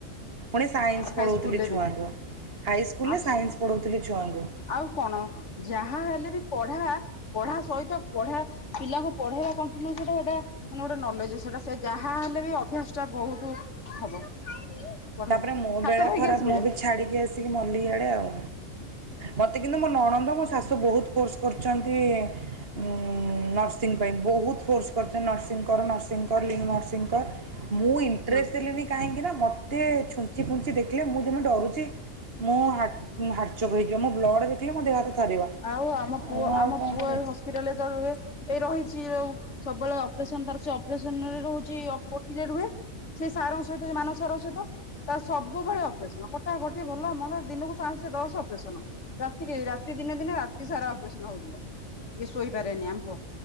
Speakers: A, on the right; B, on the left.
A: ପୁଣି ସାଇନ୍ସ
B: ହାଇସ୍କୁଲରେ
A: ପଢ଼ଉଥିଲି ଛୁଆଙ୍କୁ।
B: ବି
A: ହାଇସ୍କୁଲରେ
B: ଆଉ ସେଇଆା
A: ସାଇନ୍ସ ପଢ଼ଉଥିଲି ଛୁଆଙ୍କୁ।
B: ଆଉ କଣ ଯାହା ହେଲେ ବି। ପଢ଼ା ପଢ଼ା ସହିତ ପଢ଼ା ପିଲାଙ୍କୁ ପଢେଇବା କଣ୍ଟିନ୍ୟୁ ସେଟା ସେଇଟା ମାନେ ଗୋଟେ ନଲେଜ ସେଇଟା ସେ ଯାହାହଲେ ବି ଅଭ୍ୟାସ ଟା ବହୁତ ହବ। <inaudible>
A: ତାପରେ ମୋ
B: ହାତ
A: ବେଳା
B: ଧୋଇକି
A: ଖରାପ
B: ଆସିବୁ
A: ମୁଁ
B: ଯା
A: ବି ଛାଡ଼ିକି ଆସିକି ମଲି ଇଆଡେ ଆଉ। ମତେ କିନ୍ତୁ ମୋ ନଣନ୍ଦ ମୋ ଶାଶୁ ବହୁତ ଫୋର୍ସ କରୁଛନ୍ତି ଉଁ ନର୍ସିଂ ପାଇଁ ବହୁତ ଫୋର୍ସ କରିଛନ୍ତି ନର୍ସିଂ କର ନର୍ସିଂ କର ଲିଙ୍ଗ ନର୍ସିଂ କର ମୁଁ ଇଣ୍ଟରେଷ୍ଟ
B: ହୁଁ।
A: ଦେଲିନି କାହିଁକି ନା ଏତେ ଛୁଞ୍ଚି ଫୁଞ୍ଚି ଦେଖିଲେ ମୁଁ ଯେମିତି ଡରୁଛି। ମୁଁ ହାଟ ହାଟଚୋକ ହେଇଯିବ ମୋ ବ୍ଲଡ ଦେଖିଲେ ମୋ ଦେହ ହାତ ଥରିବ
B: ଆଉ ଆମ ପୁଅ
A: ମୁଁ ଆଉ
B: ଆମ
A: କଣ
B: ପୁଅ
A: କରେ
B: ହସ୍ପିଟାଲରେ ତ ରୁହେ। ଏ ରହିଛି ଯୋଉ ସବୁବେଳେ ଅପରେସନ ତ ଅପରେସନରେ ରହୁଛି ଓଟି ରେ ରୁହେ। ସେ ସାରଙ୍କ ସହିତ ମାନସ ସାରଙ୍କ ସହିତ। ତାର ସବୁବେଳେ ଅପରେସନ କଟାକଟି ଭଲ ମନ୍ଦ ଦିନକୁ ପାଞ୍ଚେ ଦଶ ଅପରେସନ ରାତିକେ ରାତି ଦିନେ ଦିନେ ରାତି ସାରା ଅପରେସନ ହଉଥିବ ଏ ଶୋଇପାରେନି ଆମ ପୁଅ।